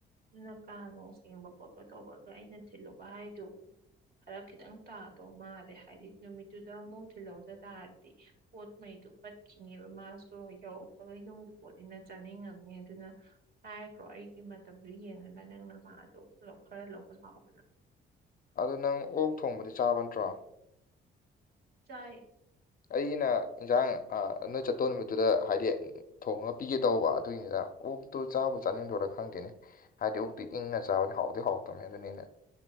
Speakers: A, on the right; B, on the left.
A: ꯑꯗꯨꯅ ꯀꯥ ꯅꯨꯡ ꯁꯦꯡꯕ ꯈꯣꯠꯄ ꯇꯧꯕꯒ ꯑꯩꯅ ꯊꯤꯜꯂꯨꯕ ꯍꯥꯏꯗꯣ ꯐꯔꯛ ꯈꯤꯇꯪ ꯇꯥꯗꯧ ꯃꯥꯜꯂꯦ ꯍꯥꯏꯗꯤ ꯅꯨꯃꯤꯠꯇꯨꯗ ꯑꯃꯨꯛ ꯊꯤꯜꯍꯧꯗ ꯇꯥꯔꯗꯤ ꯄꯣꯠ ꯈꯩꯗꯨ ꯄꯠꯈꯤꯅꯦꯕ ꯃꯥꯁꯨ ꯌꯧꯔꯛꯄꯒ ꯌꯨꯝꯒꯤ ꯄꯣꯠꯅꯤꯅ ꯆꯥꯅꯤꯡꯉꯝꯅꯤ ꯑꯗꯨꯅ ꯍꯥꯏꯈ꯭ꯔꯣ ꯑꯩꯒꯤ ꯃꯇꯝꯗꯨ ꯌꯦꯡꯉꯒ ꯅꯪꯅ ꯃꯥꯗꯣ ꯂꯧ ꯈꯔ ꯂꯧꯕ ꯂꯥꯛꯑꯣꯅ
B: ꯑꯗꯣ ꯅꯪ ꯑꯣꯛ ꯊꯣꯡꯕꯗꯤ ꯆꯥꯕ ꯅꯠꯇ꯭ꯔꯣ
A: ꯆꯥꯏ
B: ꯑꯩꯒꯤꯅ ꯌꯧꯟꯁꯥꯡ ꯑꯥ ꯅꯣꯏ ꯆꯠꯇꯧ ꯅꯨꯃꯤꯠꯇꯨꯗ ꯍꯥꯏꯗꯤ ꯊꯣꯡꯉꯒ ꯄꯤꯒꯦ ꯇꯧꯕ ꯑꯗꯨꯏꯅꯤꯗ ꯑꯣꯛꯇꯣ ꯆꯥꯕꯨ ꯆꯥꯅꯤꯡꯗꯣꯏꯔꯥ ꯈꯪꯗꯦꯅꯦ ꯍꯥꯏꯗꯤ ꯑꯣꯛꯇꯤ ꯏꯪꯅ ꯆꯥꯕꯗꯤ ꯍꯥꯎꯗꯤ ꯍꯥꯎꯇꯕꯅꯤ ꯑꯗꯨꯅꯤ ꯑꯩꯅ